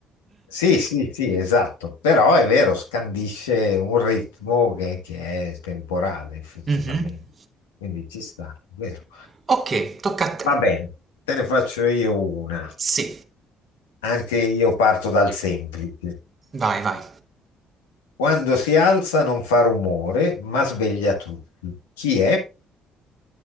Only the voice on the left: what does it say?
Sì, sì, sì, esatto, però è vero, scandisce un ritmo che, che è temporale effettivamente,
quindi ci sta, è vero.
Va bene, te ne faccio io una,
anche io parto dal semplice.
Quando si alza non fa rumore, ma sveglia tutti. Chi è?